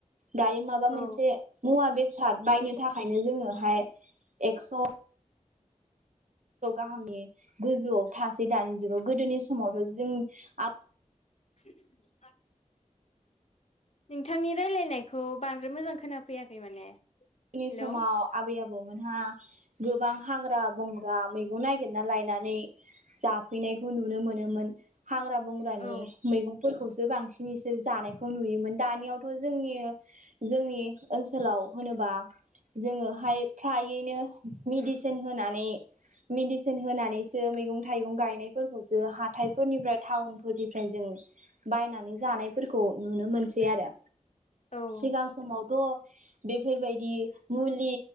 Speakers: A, on the right; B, on the left.
A: दायो माबा
B: औ
A: मोनसे मुवा बेसाद बायनो थाखायनो जोङोहाय एक्स' औ गाहामनि गोजौआव थासेै दानि जुगाव गोदोनि समावथ' जों आ
B: <unintelligible> नोंथांनि रायलायनायखौ बांद्राय मोजां खोनाफैयाखै माने
A: दोनि
B: हेलौ
A: समाव आबै आबौमोनहा गोबां हाग्रा बंग्रा मैगं नायगिरना लायनानै जाफैनायखौ नुनो मोनोमोन। हाग्रा बंग्रानि
B: औ
A: मैगंफोरख खौसो बांसिन इसोर जानायखौ नुयोमोन दानियावथ' जोंनि जोंनि ओनसोलाव होनोबा जोङोहाय फ्रायैनो मेडिसोन होनानै मेडिसोन होनानैसो मैगं थाइगं गायनायफोरखौसो हाथायफोरनिफ्राय टाउनफोरनिफ्राय जों बायनानै जानायफोरखौ नुनो मोनसै आरो
B: औ
A: सिगां समावथ' बेफोरबायद दि मुलि